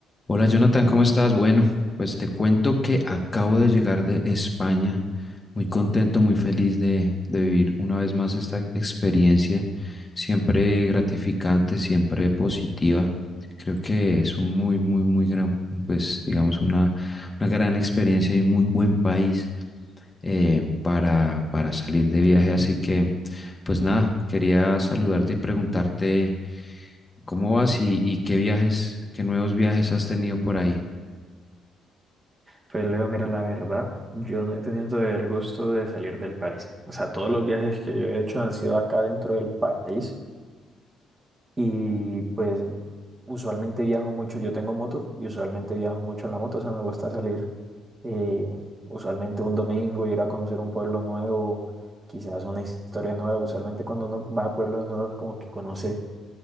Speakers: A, on the left (about 25°); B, on the right (about 30°).
A: Hola Jonathan, ¿cómo estás? Bueno, pues te cuento que acabo de llegar de España, muy contento, muy feliz de, de vivir una vez más esta experiencia, siempre gratificante, siempre positiva. Creo que es un muy, muy, muy gran, pues digamos, una, una gran experiencia y muy buen país eh, para, para salir de viaje.
B: Sí,
A: Así que, pues nada, quería saludarte y preguntarte. ¿Cómo vas y, y qué viajes, qué nuevos viajes has tenido por ahí?
B: pues Leo, mira, la verdad, yo no he tenido todavía el gusto de salir del país. O sea, todos los viajes que yo he hecho han sido acá dentro del país y pues usualmente viajo mucho, yo tengo moto y usualmente viajo mucho en la moto, o sea, me gusta salir eh, usualmente un domingo, ir a conocer un pueblo nuevo, quizás una historia nueva. Usualmente cuando uno va a pueblos nuevos como que conoce